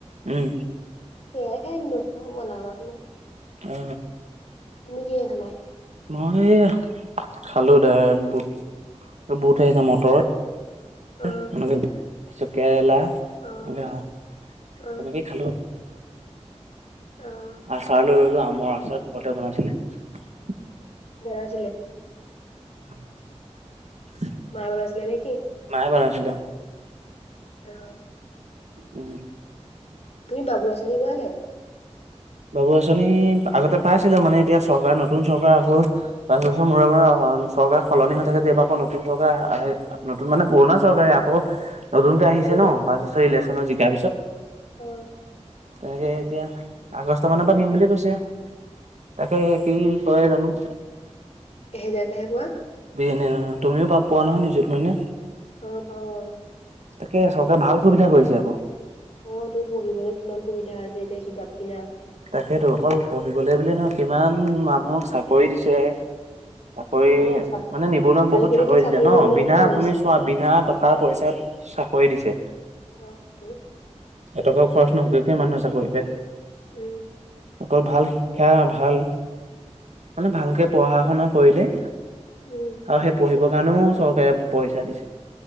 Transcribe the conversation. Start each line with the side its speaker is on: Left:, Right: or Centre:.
Right: উম।
Left: সেয়াই খাইনো, অ, বনাবা কোনে
Right: অ
Left: তুমি কিহে, খা
Right: মই খালো দাই, বুট, বুট আহিছে মটৰ <unintelligible>
Left: অ
Right: কেৰেলা,
Left: অ
Right: তেনেকেই
Left: অ
Right: খালো।
Left: অ',
Right: আচাৰ লৈ ৰলো, আমাৰ আচাৰ ঘৰতে ব, আছিলে।
Left: জনান, আছিলে।
Right: <inaudible>
Left: মাহট আচিলে, নেকি।
Right: নাই বনাইছিলো।
Left: উ।
Right: উম।
Left: তুমি বাবু আঁচনি পোৱা নে।
Right: বাবু আচনি আগতে পাইছিলো, মানে এতিয়া চৰকাৰ নতুন চৰকাৰ আকৌ পাঁচ বছৰ মূৰে, মূৰে চৰকাৰ সলনি হৈ থাকে, যে এইব আকৌ নতুন চৰকাৰ আহে, নতুন মানে পুৰণা চৰকাৰে আকৌ নতুনক আহিছে
Left: অ',
Right: ন, পাঁচ বছৰ, ইলেকশ্যনত জিকাৰ পিছত
Left: আহ।
Right: এনেকে এতিয়া আগষ্ট মানৰ পৰা দিম বুলুলিয়ে কৈছে, তাকে কি কৰে জানো।
Left: এহে, জেগ হে, পোৱা।
Right: বি, এনে, নহয়, তুমিও পাপ, পোৱা নহয়, নিজত মাইনা।
Left: অ, পাও অ'।
Right: তাকে চৰকাৰে ভাল সুবিধা কৰিছে আকৌ।
Left: অ' তোৰ পঢ়িবলৈ কিমান সুবিধা আছে, এতিয়া কিতাপ কিনা
Right: তাকেতো অকল পঢ়িবলে বুলি নহয়, কিমান মানুহক চাকৰি দিছে। চাকৰি
Left: অ', চাক
Right: মানে নিবনুৱাক বহুত
Left: আজিকালিতো
Right: চাকৰি দিলে ন'
Left: পাবলৈ
Right: বিনা
Left: বহুত সহজ
Right: তুমি
Left: হৈছে
Right: চোৱা বিনা টকা পইচাত কৰি দিছে।
Left: অ' তো।
Right: এটকাও খৰচ নকৰাকে মানুহে চাকৰি পায়।
Left: উম।
Right: অকল ভাল শিক্ষা, ভাল মানে ভালকে পঢ়া শুনা কৰিলেই
Left: উম,
Right: আৰু সেই পঢ়িবৰ কাৰণেও চৰকাৰে পইচা দিছে।